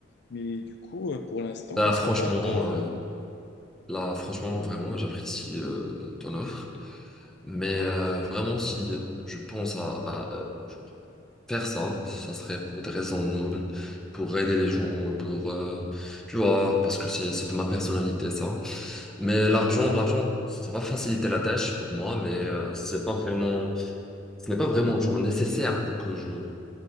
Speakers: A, on the left (about 60°); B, in the centre.
A: Mais du coup, euh, pour l'instant,
B: Là,
A: c'est
B: franchement,
A: pas le cas.
B: euh, là, franchement, vraiment, j'apprécie euh, ton offre. Mais euh, vraiment, si je pense à, à, euh, faire ça, ça serait pour des raisons nobles, pour aider les gens, pour, euh, tu vois, parce que c'est, c'est de ma personnalité, ça. Mais l'argent, l'argent, ça va faciliter la tâche pour moi, mais euh, c'est pas vraiment, ce n'est pas vraiment genre nécessaire pour que je,